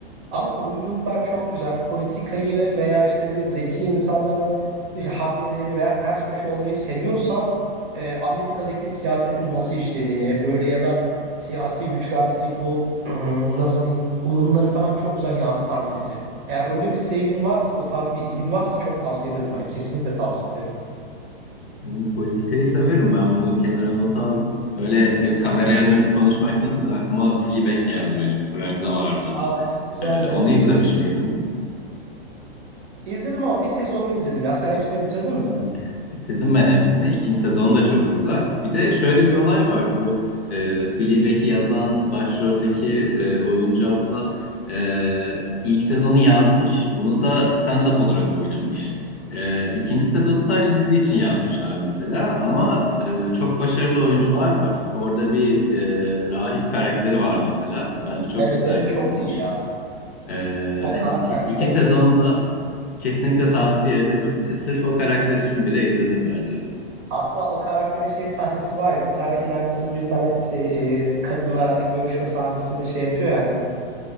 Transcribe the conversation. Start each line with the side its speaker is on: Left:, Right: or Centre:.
Right: Ama oyunculuklar çok güzel. Politikayı veya işte böyle zeki insanların işte hamlelerini veya ters köşe olmayı seviyorsan e, Amerika'daki siyasetin nasıl işlediğini böyle ya da siyasi güçlerdeki bu <clears throat> nasıl diyeyim oyunları falan çok güzel yansıtan bir dizi. Eğer öyle bir sevgin varsa o tarz bir ilgin varsa çok tavsiye ederim ben. Kesinlikle tavsiye ederim.
Left: Yani politikayı severim ben bunu kenara nota aldım. Öyle e, kameraya dönüp konuşmak deyince de aklıma Fleabag geldi benim. Prime'da vardı o
Right: Aa
Left: da.
Right: güzeldi
Left: E, onu
Right: evet.
Left: izlemiş miydin?
Right: İzledim ama bir sezonunu izledim ya. Sen hepsini bitirdin mi?
Left: Hı. Bitirdim ben hepsini. İkinci sezonu da çok güzel. Bir de şöyle bir olay var. Bu e, Fleabag'i yazan başroldeki e, oyuncu abla e, ilk sezonu yazmış. Bunu da stand-up olarak oynamış. E, ikinci sezonu sadece dizi için yazmışlar mesela. Ama e, çok başarılı oyuncular var. Orada bir e, rahip karakteri var mesela. Bence çok
Right: Evet
Left: güzel
Right: evet
Left: yazılmış.
Right: çok iyi ya.
Left: E,
Right: O
Left: hani
Right: karakter
Left: iki, iki
Right: çok
Left: sezonu
Right: iyi.
Left: da Kesinlikle tavsiye ederim. E, sırf o karakter için bile izlenir bence.
Right: Hatta o karakterin şey sahnesi var ya bir tane inançsız bir tane şey e, kadınla görüşme sahnesinde şey yapıyor yani